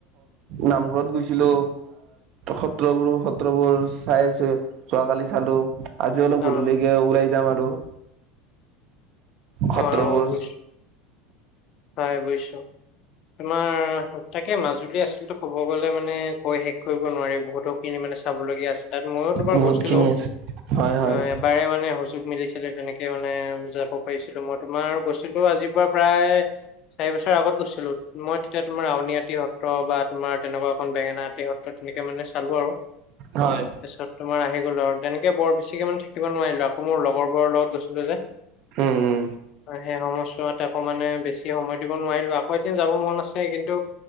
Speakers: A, on the right; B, on the left.
A: নামঘৰত গৈছিলো। সত্ৰবোৰো সত্ৰবোৰ চাই আছো, যোৱাকালি চালো। আজি অলপ
B: অ
A: গধূলিকে ওলাই যাম আৰু। সত্ৰবোৰ
B: অ' বুজিছো হয়, বুজিছো তোমাৰ তাকে মাজুলী আচলতে ক'ব গ'লে মানে কৈ শেষ কৰিব নোৱাৰি বহুতো কিনি মানে চাবলগীয়া আছে। তাত মই তোমাৰ
A: বহুত
B: গৈছিলো
A: খিনি আছে হয় হয়
B: অ' এবাৰে মানে হজোক মিলিছিলে তেনেকে মানে যাব। পো মই তোমাৰ গৈছিলো আজিৰ পৰা প্ৰায়, চাৰি বছৰ আগত গৈছিলো, মই তেতিয়া তোমাৰ আ নীআটি সত্ৰ বা তোমাৰ তেনেকুৱা এখন বেঙেনা আটি সত্ৰ তেনেকে মানে চালো আৰু।
A: হয়
B: পিছত তোমাৰ আহি আহি গলো আৰু তেনেকে বৰ বেছিকে মানে থাকিব নোৱাৰিলো আকৌ মোৰ লগৰবোৰৰ লগত গৈছিলো যে।
A: উম উম
B: সেই সময়ছোৱাত আকৌ মানে বেছি সময় দিব নোৱাৰিলোঁ আকৌ এদিন যাব মন আছে কিন্তু